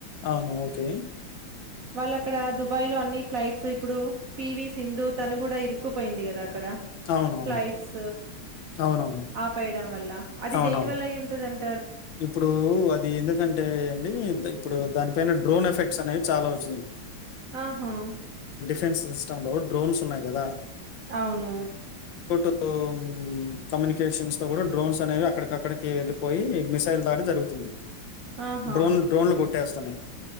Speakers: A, on the left; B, on the right.
A: అవును ఓకే.
B: వాళ్ళక్కడ దుబాయ్ లో అన్ని ఫ్లైట్స్ ఇప్పుడు పివి సింధు తను కూడా ఇరుక్కుపోయింది కదా. క్కడ
A: అవునవును.
B: ఫ్లైట్స్
A: అవునవును.
B: ఆపేయడం వల్ల అది
A: అవునవును.
B: దేని వల్ల అయింటదన్
A: ఇప్పుడు అ ది ఎందుకంటే అండి ద ఇప్పుడు దానిపైన డ్రోన్ ఎఫెక్ట్స్ అనేవి చాలా వచ్చినయ్.
B: ఆహా
A: డిఫెన్స్ సిస్టమ్ లో డ్రోన్స్ ఉన్నాయి కదా.
B: అవును.
A: ఓం, కమ్యూనికేషన్స్ తో కూడా డ్రోన్స్ అనేవి అక్కడికక్కడికి ఎళ్ళి పోయి మిసైల్ దాడి జరువుతుంది.
B: ఆహా!
A: డోన్ డ్రోన్ కొ ట్టేస్సనయ్.